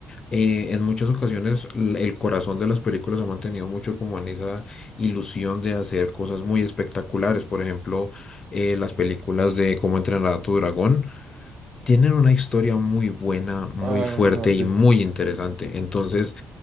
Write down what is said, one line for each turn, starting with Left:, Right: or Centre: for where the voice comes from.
Left: eh, en muchas ocasiones l- el corazón de las películas ha mantenido mucho como en esa ilusión de hacer cosas muy espectaculares. Por ejemplo, eh, las películas de Cómo entrenar a tu dragón tienen una historia muy buena, muy
Right: Ay,
Left: fuerte
Right: no, sí.
Left: y muy interesante. Entonces,